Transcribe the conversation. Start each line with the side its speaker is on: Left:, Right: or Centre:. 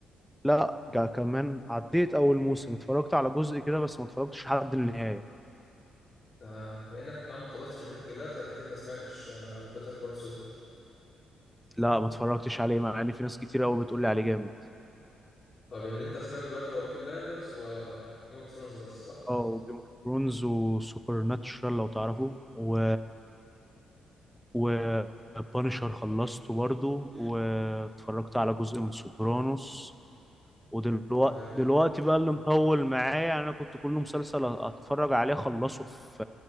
Centre: لا جا- كمان عديت اول موسم اتفرجت على جزء كده بس ما اتفرجتش لحد النهايه
Left: تمام وإنك كمان ما خلصتش بريكنج باد فأنت أكيد ما سمعتش بيتر كول سول.
Centre: لا ما اتفرجتش عليه مع ان في ناس كتير قوي بتقول لي عليه جامد
Left: طب اللي انت سمعته دلوقتي هو بيكي بلايندرز و جيم اوف ثرونز بس صح؟
Centre: اه وجيم اوف ثرونز وسوبر ناتشرال لو تعرفوا و و بانشر خلصته برضو واتفرجت على جزء من سوبرانوس ودلوقتي
Left: طيب
Centre: دلوقتي بقى اللي مطول معايا يعني انا كنت كل مسلسل اتفرج عليه اخلصه في